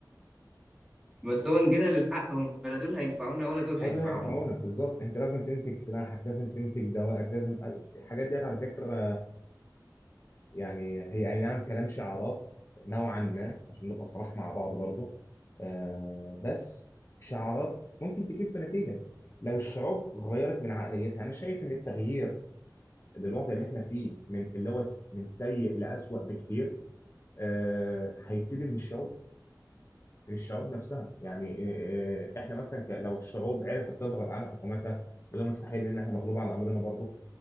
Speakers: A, in the centre; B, on the left.
A: <laughs> بس هو ان جينا للحق هم لا دول هينفعونا ولا دول هينفعونا
B: برضه هينفعونا بالظبط انت لازم تنتج سلاحك لازم تنتج دوائك لازم الحاجات ديت على فكره يعني هي أي نعم كلام شعارات نوعا ما عشان نبقى صراح مع بعض برضه آه بس شعارات ممكن تجيب بنتيجة لو الشعوب غيرت من عقليتها أنا شايف إن التغيير للوضع اللي إحنا فيه من اللي هو س- من سيء لأسوأ بكتير آه هيبتدي من الشعوب من الشعوب نفسها يعني آه آه، إحنا مثلا ك- لو الشعوب عرفت تضغط على حكوماتها وده مستحيل لأن إحنا مغلوب على أمرنا برضه